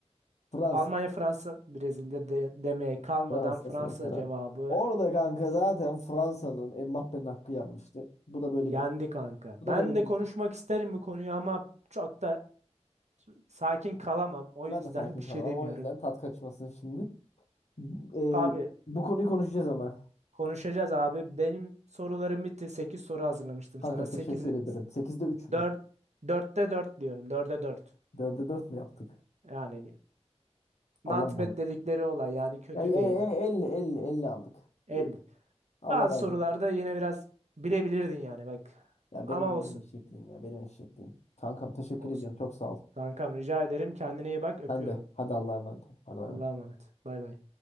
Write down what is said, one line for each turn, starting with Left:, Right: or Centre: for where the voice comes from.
Left: Fransa.
Right: Almanya, Fransa, Brezilya de demeye kalmadan
Left: Fransa
Right: Fransa
Left: son karar.
Right: cevabı
Left: Orada kanka zaten Fransa'nın Mbappé'nin hakkı yenmişti. Bu da böyle
Right: Yendi
Left: bir
Right: kanka.
Left: bu
Right: Ben
Left: da böyle
Right: de
Left: bir
Right: konuşmak isterim bu konuyu ama çok da sakin kalamam. O
Left: ben
Right: yüzden
Left: de sakin
Right: <laughs> bir şey
Left: kalamam.
Right: demiyorum.
Left: O yüzden tat kaçmasın şimdi. Ee,
Right: Abi
Left: bu konuyu konuşacağız ama.
Right: konuşacağız abi. Benim sorularım bitti. 8 soru hazırlamıştım
Left: Kankam
Right: sana. sekiz
Left: teşekkür ederim. Sekizde 3 mü?
Right: 4 dörtte 4 diyorum. 4'e 4.
Left: Dörde 4 mü yaptık?
Right: Yani
Left: Allah
Right: not
Left: razı
Right: bad
Left: olsun.
Right: dedikleri olay yani kötü
Left: Ya, e, e,
Right: değil.
Left: 50 50 50 aldık.
Right: 50.
Left: İyi. Allah
Right: Bazı
Left: razı
Right: sorularda
Left: olsun.
Right: yine biraz bilebilirdin yani bak.
Left: Ya
Right: Ama
Left: benim benim
Right: olsun.
Left: eşekliğim ya benim eşekliğim. Kankam teşekkür
Right: Olsun.
Left: ediyorum. Çok sağ ol.
Right: Kankam rica ederim. Kendine iyi bak. Öpüyorum.
Left: Sen de. Hadi Allah'a emanet ol. Hadi bay
Right: Allah'a
Left: bay.
Right: emanet. Bay bay.